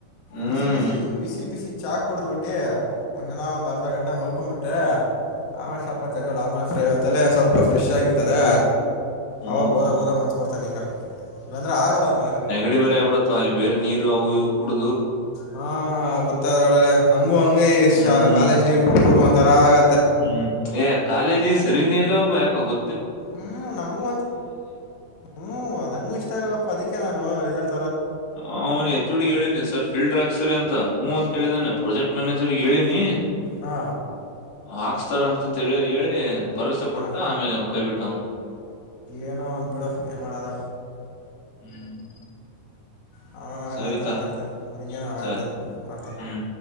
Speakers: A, on the left (about 75°); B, on the left (about 55°).
A: ಹ್ಮ್
B: ಬಿಸಿ ಬಿಸಿ ಬಿಸಿ ಬಿಸಿ ಚಾ ಕೊಡತ್ ಬಿಟ್ಟೆ ಒಂದ್ ಜನ ಒಂದು ಅ ಅರ್ಧ ಗಂಟೆ ಮಲ್ಕೊಂಬಿಟ್ಟೆ ಆಷಪತ್ತಜೋಳ ಆಮೇಲೆರ ತಲೆ ಸ್ವಲ್ಪಫ್ರೆಶ್ ಆಗಿರ್ತದೆ
A: ಹ್ಮ್
B: ಅವಾಗ ಹಓದ ಹಓದ ಮನ್ಸ್ ಬರ್ತ ನಿಂಗ ಇಲ್ಲಂದ್ರೆ ಆಗಲ್ಲ ಆಮೇಲೆ
A: ಬೇ ಬೇರೆ ಆಡತ್ತ ಅಲ್ಲಿ ಬೇರೆ ನೀರು ಅವು ಕುಡು
B: ಹಾ ಗೊತ್ತಾದ ಒಳ್ಳ ನಂಗೂ ಹಂಗೆ ಈ
A: ಹ್ಮ್
B: ಕಾಲೇಜ್ ನೀರ್ ಕುೂಡ್ಕಡು ಒಂಂತರ ಆಗ
A: ಹ್ಮ್ ಏ ಕಾಲೇಜಿಗೆ ಸರಿನ್ ಎಲ್ಲ ಯಾಕ ಗೊ
B: ಹ್ಮ್ ನಂಗೂ ಒಂತ ಹ್ಮ್ ನಂಗೂ ಇಷ್ಟ ಆಗಲ್ಲಪ್ಪ ಅದಿಕ್ಕೆ ನಾನು ಇದಲ್
A: ಅವ್ನು ಎತ್ತ ಹಡು ಹೇಳಿದಿನಿ ಸರ್ ಫಿಲ್ಡರ್ ಆ ಸರಿ ಅಂತ ಹ್ ಅಂತ ಹೇಳಿದಾನನೆ ಪ್ರಾಜೆಕ್ಟ್ ಮ್ಯಾನೇಜರ್ಗ್ ಹೇಳಿನಿ
B: ಹಾ
A: ಹಾಕ್ಸ್ತಾರಂತಂತ ಹೇಳಿ ಹೇಳಿ ಭರಸೆ ಕೊಟ್ಟ
B: ಹಾಂ
A: ಆಮೇಲೆ ಅವನ್ ಕೈ ಬಿಟ್ಟ ಅವನು
B: ಏನೋ ಒಂದು ಬಿಡು ಏನು ಮಾಡದ
A: ಹ್ಮ್
B: ಹಾ
A: ಸರಿತಾ
B: ಮ ಮಾತಾಡ್ತೆ ಹಂಗೇನುಳ್ತ
A: ಸರ್
B: ಮಾಡ್ತೀನಿ
A: ಹ್ಮ್